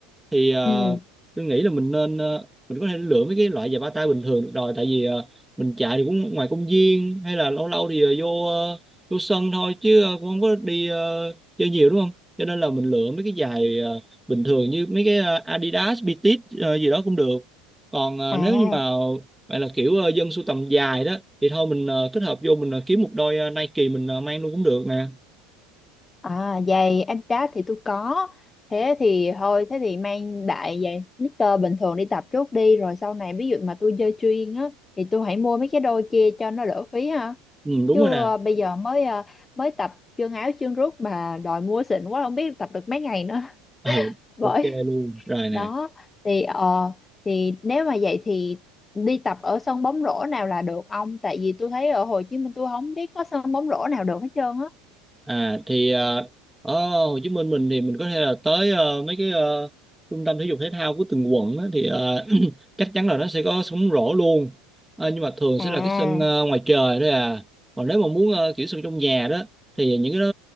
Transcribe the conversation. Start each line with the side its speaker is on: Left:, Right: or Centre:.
Centre: thì ờ,
Left: ừ
Centre: tôi nghĩ là mình nên ờ, mình có thể lựa mấy cái loại giày ba tay bình thường được rồi tại vì ờ, mình chạy thì cũng ngoài công viên hay là lâu lâu thì ờ, vô ờ, vô sân thôi chứ ờ, cũng không có đi ờ, chơi nhiều đúng không cho nên là mình lựa mấy cái giày ờ, bình thường như mấy cái ờ, Adidas, Bitit gì đó cũng được còn ờ,
Left: à
Centre: nếu như mà bạn là kiểu ờ, dân sưu tầm dài đó thì thôi mình ờ, kết hợp vô mình ờ, kiếm một đôi ờ, Nike mình ờ, mang luôn cũng được nè
Left: À giày Adidas thì tôi có Thế thì thôi Thế thì mang đại giày sneaker bình thường đi tập trước đi Rồi sau này ví dụ mà tôi chơi chuyên á Thì tôi hãy mua mấy cái đôi kia cho nó đỡ phí ha
Centre: ừ, đúng
Left: Chứ
Centre: rồi nè
Left: ờ, bây giờ mới ờ, mới tập chân áo chân rút Mà đòi mua xịn quá không biết tập được mấy ngày nữa <laughs>
Centre: ừ
Left: Bởi
Centre: ok luôn rồi
Left: đó
Centre: nè
Left: Thì ờ Thì nếu mà vậy thì đi tập ở sân bóng rổ nào là được ông Tại vì tôi thấy ở Hồ Chí Minh tôi không biết có sân bóng rổ nào được hết trơn á
Centre: À thì ờ, ở Hồ Chí Minh mình thì mình có thể là tới ờ, mấy cái ờ, trung tâm thể dục thể thao của từng quận á, thì ờ, <clears throat> chắc chắn là nó sẽ có sóng rổ luôn Ờ, nhưng mà thường
Left: À
Centre: sẽ là cái sân ờ, ngoài trời thôi à còn nếu mà muốn ờ, kiểu sân trong nhà đó thì những cái đó